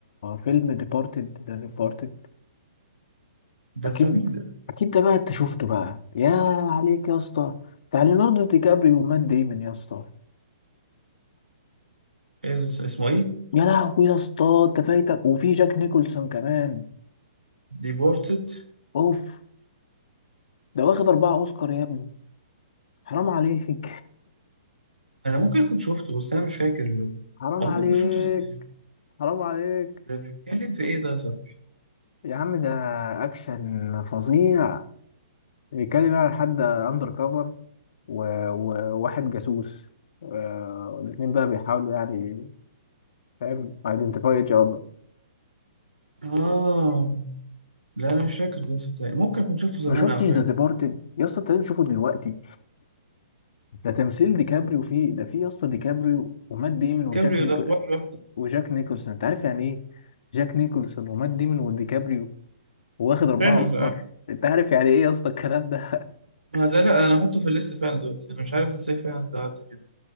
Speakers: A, on the left; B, on the right.
A: فيلم ديبارتد ده ديبارتد
B: ده
A: اكيد
B: بتاع مين ده
A: اكيد ده بقى انت شفته بقى يا عليك يا اسطى بتاع ليوناردو دي كابريو ومات ديمون يا اسطى
B: إيه اللي اسمه ايه
A: يا لهوي يا اسطى انت فايتك وفي جاك نيكولسون كمان
B: ديبورتد
A: اوف ده واخد اربعة اوسكار يا ابني حرام عليك
B: انا ممكن كنت شفته بس انا مش فاكر
A: <laughs> حرام
B: او
A: عليك
B: ممكن كنت شفته زمان
A: حرام عليك
B: ده بيتكلم في ايه ده صح
A: يا عم ده اكشن فظيع بيتكلم يعني عن حد اندر كفر وواحد جاسوس آه، والاتنين بقى بيحاولوا يعني فاهم ايدنتيفاي ايتش اذر
B: اه لا انا مش فاكر ده صدقني ممكن كنت شفته زمان
A: ما شفتش
B: او حاجه
A: ذا ديبارتد يا اسطى انت لازم تشوفه دلوقتي ده تمثيل ديكابريو فيه ده فيه يا اسطى ديكابريو ومات ديمون وجاك
B: كابريو
A: نيكول
B: ده حوار لوحده
A: وجاك نيكولسون انت عارف يعني ايه جاك نيكولسون ومات ديمون وديكابريو واخد اربعة
B: فاهم
A: اوسكار انت عارف يعني ايه يا اسطى الكلام ده
B: ما ده لا انا هحطه في الليست فعلا دلوقتي انا مش عارف ازاي فعلا ده عدى كده